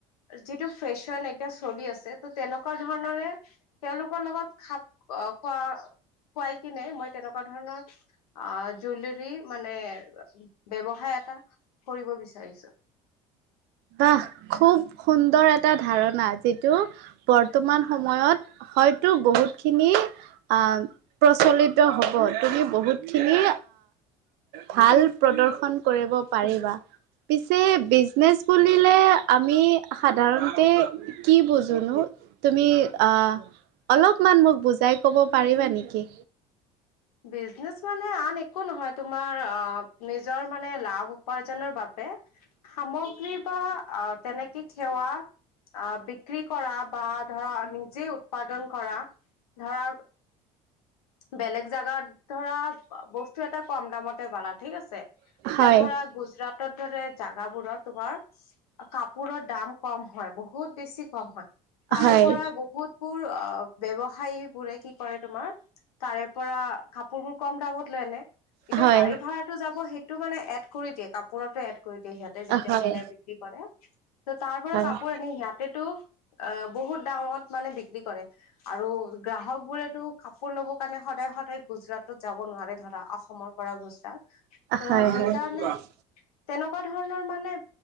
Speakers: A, on the left; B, on the right.
A: যিটো ফেশ্বন এতিয়া চলি আছে ত তেনেকুৱা ধৰণৰে তেওঁলোকৰ লগত খাপ আহ খোৱা খুৱাই। কিনে মই তেনেকুৱা ধৰণৰ, অ, জেলৰী মানে ব্যৱসায় এটা কৰিব বিচাৰিছো।
B: বাহ, খুব সুন্দৰ এটা ধাৰণা যিটো বৰ্তমান সময়ত হয়তো বহুত খিনি অ, প্ৰচলিত হব তুমি বহুত খিনি ভাল প্ৰদৰ্শন কৰিব পাৰিবা। পিছে বিজনেচ খোলিলে আমি সাধাৰণতে কি বুজোঁ নো? তুমি আহ অলপমান মোক বুজাই কব পাৰিবা নেকি
A: বিজনেচ মানে আন একো নহয় তোমাৰ অ নিজৰ মানে লাভ উপাৰ্জনৰ বাবে সামগ্ৰী বা আ তেনেকে খেৱা আ বিক্ৰী কৰা বা ধৰা নিজে উৎপাদন কৰা ধৰা বেলেগ জাগাত ধৰা বস্তু এটা কম দামতে পালা ঠিক আছে এতিয়া
B: হয়
A: ধৰা গুজৰাট <unintelligible> জাগাবোৰত তোমাৰ কাপোৰৰ দাম কম হয় বহুত বেছি কম হয় তাৰে
B: হয়
A: পৰা বহুতবোৰ ব্যৱ সায় বোৰে কি কৰে তোমাৰ তাৰে পৰা কাপোৰ বোৰ কম দামত লৈ আনে
B: হয়
A: এতিয়া গাড়ী ভাড়াতটো যাব সেইটো মানে এড কৰি দিয়ে কাপোৰতো এড কৰি দিয়ে সিহঁতে যেতিয়া
B: হয়
A: মানে বিক্ৰী কৰে ত' তাৰ পৰা
B: হয়
A: কাপোৰ আনি ইয়াতেতো অ বহুত দামত মানে বিক্ৰী কৰে আৰু গ্ৰাহক বোৰেতো কাপোৰ ল'ব কাৰণে সদায় - সদায় গুজৰাটত যাব নোৱাৰে ধৰা অসমৰ পৰা গুজৰাট। ত'
B: হয়
A: সেইকাৰণে
B: হয়
A: তেনেকুৱা ধৰণৰ মানে